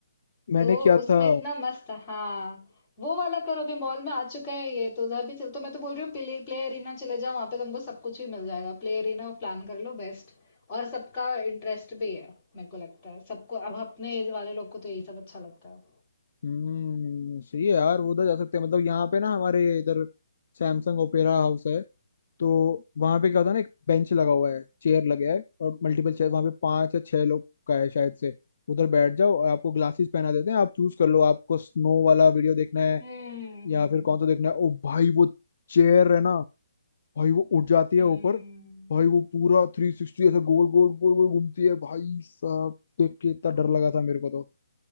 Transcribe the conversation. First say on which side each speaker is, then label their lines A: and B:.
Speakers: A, on the left; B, on the left.
A: मैंने
B: तो
A: किया
B: उसमें
A: था
B: इतना मस्त था। हाँ, वो वाला करो अभी मॉल में आ चुका है ये तो उधर भी चल तो मैं तो बोल रही हूँ प्ले, प्ले एरिना चले जाओ वहां पे तुमको सब कुछ भी मिल जाएगा प्ले एरिना प्लान कर लो बेस्ट और सबका इंटरेस्ट भी है मेरे को लगता है सबको अब अपने एज वाले लोग को तो यही सब अच्छा लगता है
A: हम्म सही है यार वो उधर जा सकते हैं मतलब यहाँ पे ना हमारे इधर सैमसंग ओपेरा हाउस है तो वहां पे क्या होता है ना एक बेंच लगा हुआ है चेयर लगा है और मल्टीपल चेयर वहां पे पांच या छह लोग का है शायद से उधर बैठ जाओ और आपको ग्लासेस पहना देते हैं आप चूज कर लो आपको स्नो वाला वीडियो देखना है
B: हम्म
A: या फिर कौन सा देखना है ओ भाई वो चेयर है ना भाई वो उठ जाती है
B: हम्म
A: ऊपर भाई वो पूरा थ्री सिक्सटी ऐसे गोल गोल गोल गोल घूमती है भाई साहब देख के इतना डर लगा था मेरे को तो